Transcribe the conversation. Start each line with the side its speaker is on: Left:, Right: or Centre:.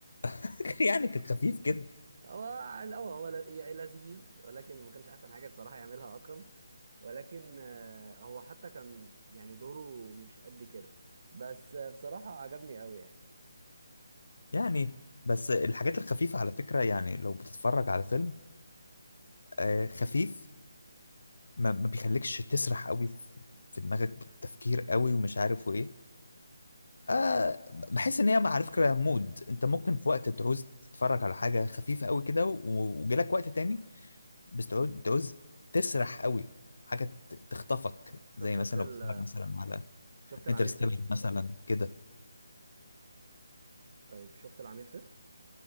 Left: <laughs> يعني كان خفيف كده
Right: هو على الاول هو ل- ي- لذيذ ولكن ما كانش احسن حاجه بصراحه يعملها اكرم ولكن آه، هو حتى كان يعني دوره مش قد كده بس آه، بصراحه عجبني قوي يعني
Left: يعني بس الحاجات الخفيفة على فكرة يعني لو بتتفرج على فيلم آه خفيف ما, ما بيخليكش تسرح قوي في في دماغك بالتفكير قوي ومش عارف وايه آه بحس ان هي مع- على فكرة مود انت ممكن في وقت تعوز تتفرج على حاجة خفيفة قوي كده و- وجالك وقت تاني بتعوز بتعوز تسرح قوي حاجة ت- تخطفك زي
Right: طب شفت
Left: مثلا
Right: ال...
Left: لو بتتفرج مثلا على
Right: شفت العميل
Left: انترستيلر
Right: صفر
Left: مثلا كده
Right: طيب شفت العميل صفر